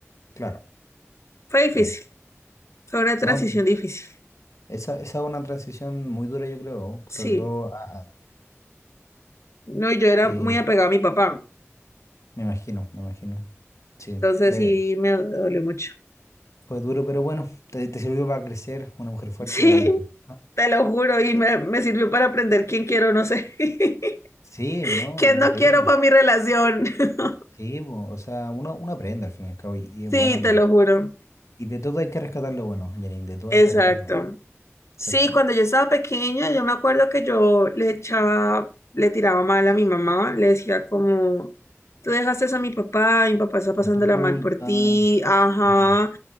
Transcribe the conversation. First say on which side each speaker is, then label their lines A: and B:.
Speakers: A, on the left; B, on the left.
A: Claro.
B: Fue difícil,
A: Bien.
B: fue una transición
A: No,
B: difícil.
A: esa, esa es una transición muy dura, yo creo,
B: Sí,
A: sobre todo, a- a-
B: no, yo era
A: eh,
B: muy apegada a mi papá.
A: me imagino, me imagino. Sí,
B: Entonces
A: de-
B: sí me dolió mucho. <laughs>
A: fue duro, pero bueno, te, te sirvió para crecer una mujer fuerte
B: Sí,
A: y valiente. ¿no?
B: te lo juro, y me, me sirvió para aprender quién quiero, no sé, <laughs>
A: Sí, ¿no?
B: quién
A: Es increíble.
B: no quiero para mi relación. <laughs>
A: Sí, po, o sea, uno, uno aprende al fin y al cabo y, y es
B: Sí,
A: bueno y,
B: te lo juro.
A: y de todo hay que rescatar lo bueno, Janine, de todo
B: Exacto.
A: hay que rescatar lo bueno,
B: Sí,
A: ¿cierto?
B: cuando yo estaba pequeña, yo me acuerdo que yo le echaba, le tiraba mal a mi mamá, le decía como, tú dejaste eso a mi papá, mi papá está pasándola
A: Por tu culpa,
B: mal por ti, ajá,
A: sí,